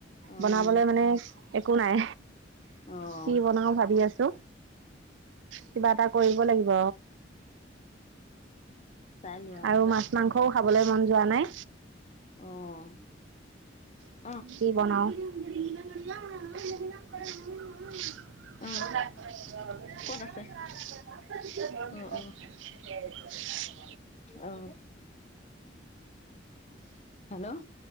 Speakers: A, on the left; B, on the right.
A: অ'
B: বনাবলে মানে একো নাই
A: অ'
B: কি
A: অ'
B: বনাও ভাবি আছো কিবা এটা কৰিব লাগিব
A: চাই লোৱা
B: আৰু
A: অ'
B: মাছ মাংসও খাবলৈ মন যোৱা নাই
A: অঁ
B: কি
A: <inaudible>
B: বনাও নৰীয়াত
A: অ'
B: বনিয়াম
A: ক'ত আছে
B: <inaudible>
A: অ'
B: উ
A: অ' অ' হেল্ল'